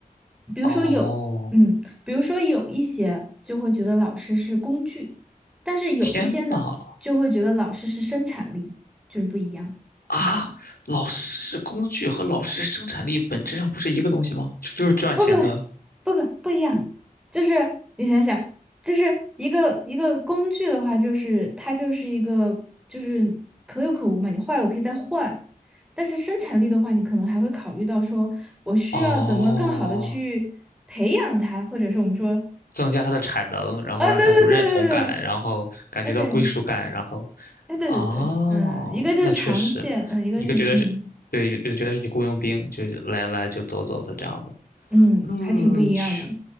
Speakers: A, in the centre; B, on the left.
A: 比如说有，
B: 哦，
A: 嗯，比如说有一些就会觉得老师是工具，但是有一些呢，
B: 天呐，
A: 就会觉得老师是生产力，就是不一样。
B: 啊，
A: 嗯。
B: 老师工具和老师生产力本质上不是一个东西吗？就就是赚钱的。
A: 不不不不不不一样，就是你想想，就是一个一个工具的话，就是它就是一个就是可有可无嘛，你坏了我可以再换，但是生产力的话，你可能还会考虑到说我需要怎么更好的去培养它，
B: 哦，
A: 或者是我们说，
B: 增加他的产能，然后让他有认同感，
A: 啊、对对对对对，
B: 然后感觉到归属感，
A: 哎对，
B: 然后，
A: 哎对对对，
B: 哦，
A: 嗯，一个就是长线，
B: 那确实，
A: 嗯，一个是嗯
B: 一个觉得是，对，有有的觉得是你雇佣兵，就是来来就走走的这样的。
A: 嗯，
B: 嗯，
A: 还挺不一样的。
B: 确